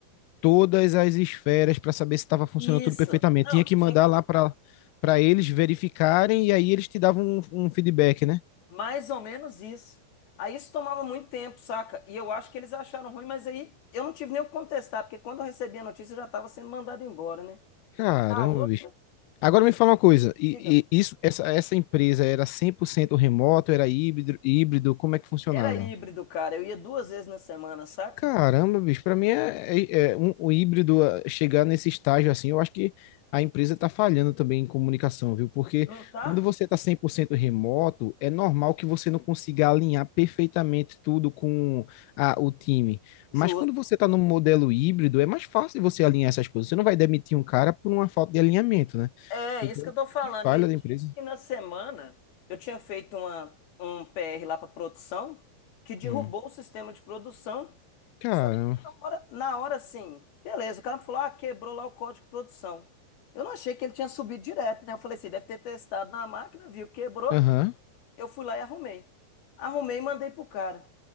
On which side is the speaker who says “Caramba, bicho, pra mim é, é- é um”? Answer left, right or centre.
Left